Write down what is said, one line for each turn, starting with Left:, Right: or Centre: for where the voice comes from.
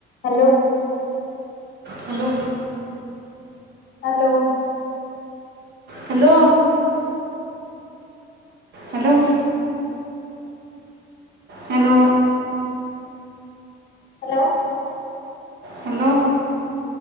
Left: Hello
Right: hello
Left: hello
Right: hello hello hello
Left: hello
Right: hello